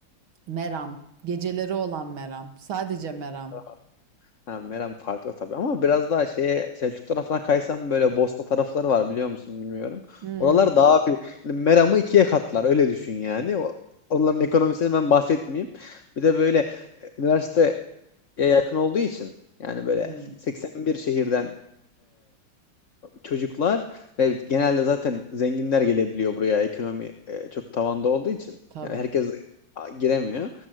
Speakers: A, on the right (about 75°); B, on the left (about 40°).
A: Meram. Geceleri olan Meram. Sadece Meram.
B: <laughs> Ha, Meram farklı tabii ama biraz daha şeye Selçuk tarafına kaysam böyle Bosna tarafları var biliyor musun bilmiyorum.
A: Hmm.
B: Oralar daha bir yani Meram'ı ikiye katlar öyle düşün yani. O, onların ekonomisini ben bahsetmeyeyim. Bir de böyle e, üniversiteye yakın olduğu için yani böyle
A: Hmm.
B: 81 şehirden çocuklar ve genelde zaten zenginler gelebiliyor buraya ekonomi e, çok tavanda olduğu için.
A: Tabii.
B: Yani herkes a- giremiyor.